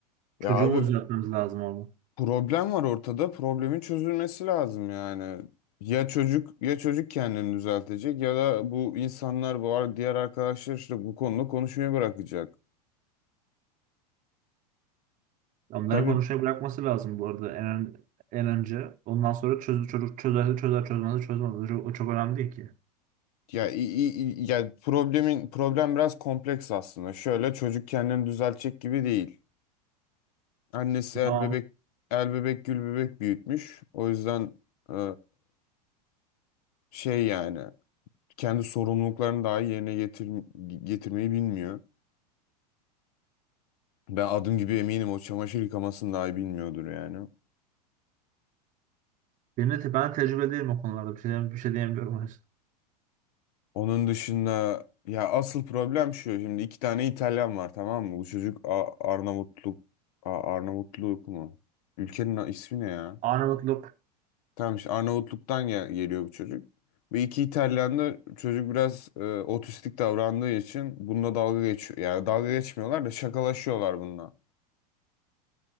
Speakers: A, on the left; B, on the right.
A: Ya
B: çocuğu
A: abi
B: mu düzeltmemiz lazım orada.
A: problem var ortada. Problemin çözülmesi lazım yani. Ya çocuk ya çocuk kendini düzeltecek ya da bu insanlar bu ar- diğer arkadaşlar işte bu konuda konuşmayı bırakacak.
B: Onların
A: Tabii
B: konuşmayı bırakması lazım bu arada en, ön- en önce. Ondan sonra çöz, çocuk çözerse çözer çözmezse çözmez. O çok, o çok önemli değil ki.
A: ya, i- i- i- ya problemin problem biraz kompleks aslında. Şöyle çocuk kendini düzeltecek gibi değil. Annesi el
B: Tamam.
A: bebek el bebek gül bebek büyütmüş. O yüzden e, şey yani kendi sorumluluklarını daha iyi yerine getir, getirmeyi bilmiyor. Ben adım gibi eminim o çamaşır yıkamasını daha iyi bilmiyordur yani.
B: Benim de, te- ben tecrübe değilim o konularda. Bir şey, diyem- bir şey diyemiyorum. o yüzden.
A: Onun dışında ya asıl problem şu. Şimdi iki tane İtalyan var tamam mı? Bu çocuk A- Arnavutluk A- Arnavutluk mu? Ülkenin ismi ne ya?
B: Arnavutluk.
A: Tamam işte Arnavutluk'tan gel- geliyor bu çocuk. Ve iki İtalyan'da çocuk biraz e, otistik davrandığı için bununla dalga geçiyor. Yani dalga geçmiyorlar da şakalaşıyorlar bununla.